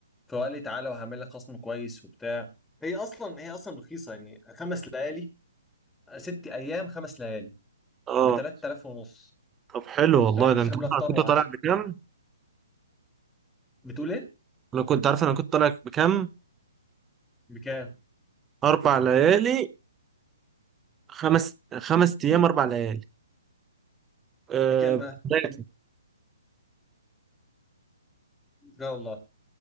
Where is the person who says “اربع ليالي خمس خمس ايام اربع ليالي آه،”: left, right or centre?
Right